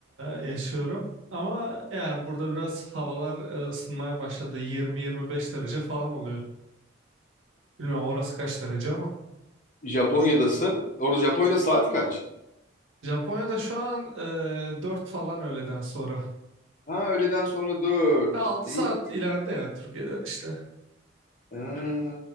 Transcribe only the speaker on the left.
Japonya'dasın. Orada Japonya'da saat kaç?
Ha öğleden sonra 4.
İyi.
Ee,